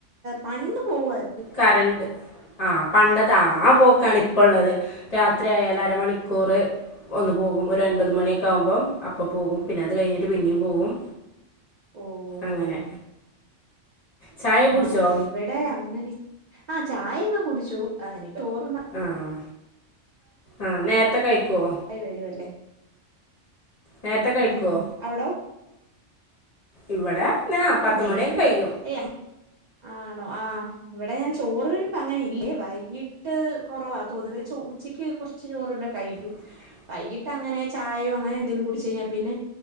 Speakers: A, on the right; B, on the left.
A: പണ്ട് പോവായിരുന്നു
B: കരണ്ട് ആ പണ്ടത്തെ ആ പോക്കാണ് ഇപ്പള്ളത് രാത്രി ആയാല് അരമണിക്കൂറ് ഒന്ന് പോകും ഒരു
A: ആഹ്
B: അൻപത് മണിയൊക്കെ ആകുമ്പം അപ്പ പോകും പിന്നെ അത് കഴിഞ്ഞിട്ട് പിന്നെയും പോകും
A: ഓഹ്
B: അങ്ങനെ
A: ഓഹ്
B: ചായെ
A: ആഹ്
B: കുടിച്ചോ
A: ഇവിടെ അങ്ങനെ ആ ചായൊക്കെ കുടിച്ചു ഇനിപ്പ ചോറുണ്ണാൻ
B: ആഹ് ആഹ് നേരത്തെ കഴിക്കുവോ
A: ക വരുംല്ലേ
B: നേരത്തെ കഴിക്കോ
A: ഉം അവിടോ
B: ഇവിടെ ന്നാ പത്തുമണിയൊക്കെ
A: ഏഹ് നേര
B: കഴിയും
A: ഏഹ് ആണോ ആഹ് ഇവിടെ ഞാൻ ചോറ് കഴിപ്പ് അങ്ങനെ ഇല്ലേ വൈകിട്ട് കുറവാ പൊതുവേ ചോ ഉച്ചിക്ക് കുറച്ച് ചോറല്ലാം കഴിക്കും
B: ഉ
A: വൈകിട്ട് അങ്ങനെ ചായയോ അങ്ങനെ എന്തെങ്കിലും കുടച്ച് കഴിഞ്ഞാൽ പിന്നെ